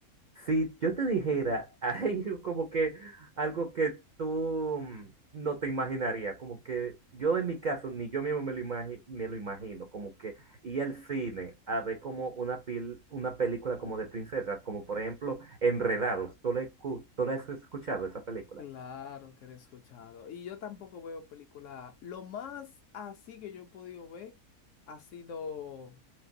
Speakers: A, on the right; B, on the left.
A: Si yo te dijera, <laughs> hay como que algo que tú mm, no te imaginarías, como que yo en mi caso, ni yo mismo me lo, imagi- me lo imagino, como que ir al cine a ver como una, pil- una película como de princesas, como por ejemplo Enredados. ¿Tú la, escu- tú la has escuchado esa película?
B: Claro que lo he escuchado. Y yo tampoco veo películas. Lo más así que yo he podido ver ha sido